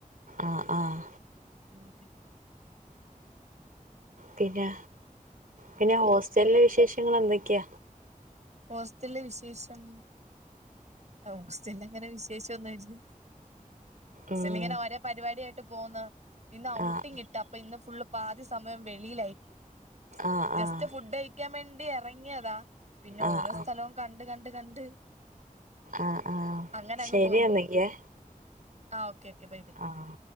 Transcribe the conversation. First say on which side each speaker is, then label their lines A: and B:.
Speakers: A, on the right (about 75°); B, on the right (about 55°).
A: ആഹ് ആഹ്‌
B: ഉം
A: പിന്ന പിന്നെ ഹോസ്റ്റലിലെ വിശേഷങ്ങളെന്തൊക്ക്യ?
B: ഹോസ്റ്റല് ല്ലെ വിശേഷം ആഹ് ഹോസ്റ്റലിലങ്ങനെ വിശേഷൊന്നുല്ല
A: ഉം
B: സ്റ്റല്ലിങ്ങനെ ഒരേ പരിവാട്യായിട്ട് പോവ്ന്ന് ഇന്ന് ഔട്ടിങ്
A: ആഹ്
B: കി ട്ടാ അപ്പൊ ഇന്ന് ഫുള്ള് പാദിസമയം വെളിയിലായിരിക്കും
A: ആഹ്
B: ജസ്റ്റ്
A: ആഹ്
B: ഫുഡയ് ക്ക്യാൻ വേണ്ടി എറങ്ങ്യതാ പിന്നെ
A: ആഹ്
B: ഓരോ
A: ആഹ്
B: സ്ഥലവും കണ്ട് കണ്ട് കണ്ട്
A: ആഹ് ആഹ്
B: അങ്ങനങ്ങ്
A: ശരി
B: പോയി
A: എന്നൊക്കെ
B: ആഹ് ഓക്കെ ഓക്കെ ബൈ ബൈ
A: ആഹ്